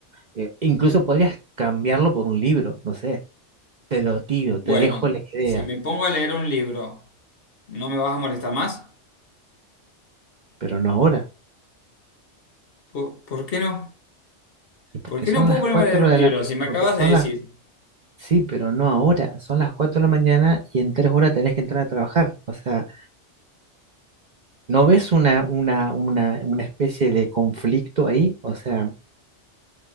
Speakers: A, on the right (about 45°); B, on the left (about 55°).
A: eh, incluso podrías cambiarlo por un libro, no sé. Te lo tiro,
B: Bueno,
A: te dejo la idea,
B: si me pongo a leer un libro, ¿no me vas a molestar más?
A: pero no ahora.
B: ¿Por, por qué no?
A: Y porque
B: ¿Por qué
A: son
B: no puedo
A: las
B: ponerme
A: 4
B: a leer un
A: de
B: libro?
A: la,
B: Si me
A: porque
B: acabas
A: son
B: de decir,
A: las Sí, pero no ahora. Son las 4 de la mañana y en 3 horas tenés que entrar a trabajar. O sea, ¿no ves una, una, una, una especie de conflicto ahí? O sea,